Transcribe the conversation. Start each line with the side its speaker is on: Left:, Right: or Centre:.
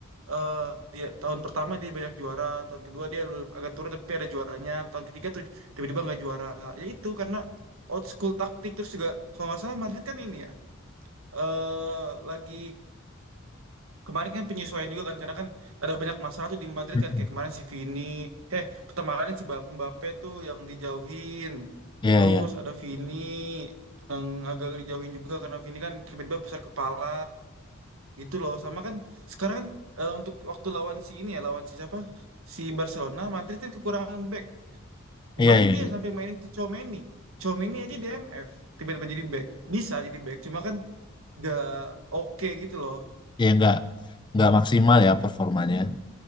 Right: eh dia tahun pertama dia banyak juara tahun kedua dia lu- agak turun tapi ada juaranya tahun ketiga tuh tiba-tiba nggak juara ya itu karena old school taktik terus juga kalau nggak salah Madrid kan ini ya eh lagi Kemarin kan penyesuaian juga kan karena kan ada banyak masalah tuh di Madrid
Left: Mhm.
Right: kan kayak kemarin si Vini eh pertama kali si Ba- Mbappe tuh yang dijauhin
Left: Iya,
Right: terus
Left: iya.
Right: ada Vini yang agak dijauhin juga karena Vini kan tiba-tiba besar kepala gitu loh sama kan sekarang kan eh, untuk waktu lawan si ini ya lawan si siapa si Barcelona Madrid kan kekurangan back kemarin
Left: Iya, iya,
Right: dia
Left: iya.
Right: sampai mainin si Tchouaméni Tchouaméni aja DMF tiba-tiba jadi back bisa jadi back cuma kan gak oke gitu loh
Left: Ya nggak nggak maksimal ya performanya.